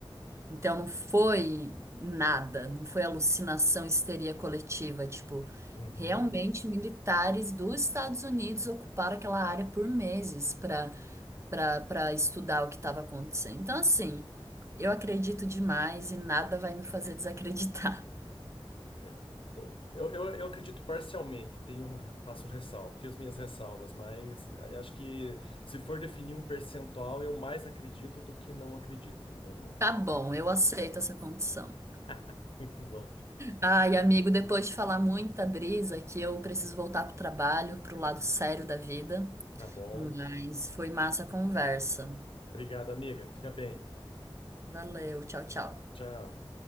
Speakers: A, on the right (about 30°); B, on the left (about 65°).
A: Então não foi nada, não foi alucinação, histeria coletiva, tipo,
B: Uhum.
A: realmente militares dos Estados Unidos ocuparam aquela área por meses para para para estudar o que estava acontecendo. Então assim, eu acredito demais e nada vai me fazer desacreditar. <laughs>
B: É, tô- eu, eu, eu acredito parcialmente, tenho, faço ressalva, tenho as minhas ressalvas, mas a- acho que se for definir um percentual, eu mais acredito do que não acredito no,
A: Tá bom, eu
B: nesse
A: aceito
B: assunto.
A: essa condição.
B: <laughs> Muito bom.
A: Ai, amigo, depois de falar muita brisa que eu preciso voltar pro trabalho, pro lado sério da vida,
B: Tá bom.
A: mas foi massa a conversa.
B: Obrigado, amiga. Fica bem.
A: Valeu, tchau, tchau.
B: Tchau.